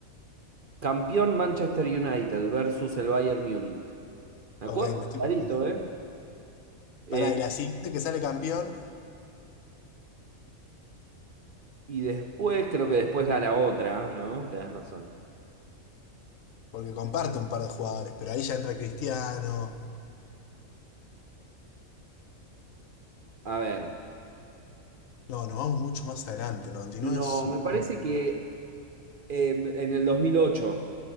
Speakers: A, on the right; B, on the left.
A: campeón Manchester United versus el Bayern Múnich. ¿Me acuerdo?
B: ¿no? Ok, me estoy
A: Clarito,
B: confundiendo.
A: ¿eh? Eh,
B: Pará, y la siguiente que sale campeón,
A: y después, creo que después gana otra, ¿no? Tenés razón.
B: porque comparte un par de jugadores, pero ahí ya entra Cristiano.
A: A ver.
B: No, nos vamos mucho más adelante, 99
A: No,
B: es un
A: me
B: montón.
A: parece que eh, en el 2008